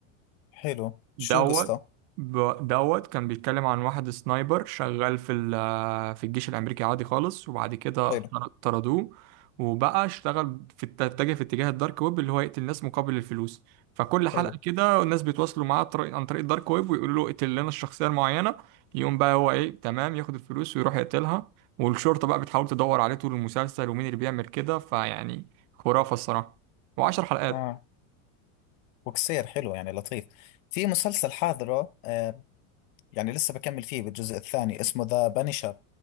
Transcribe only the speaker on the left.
حلو
شو قصته
حلو
حلو
آه وقصير حلو يعني لطيف في مسلسل حاضره أه يعني لسه بكمل فيه بالجزء الثاني اسمه ذا بانشر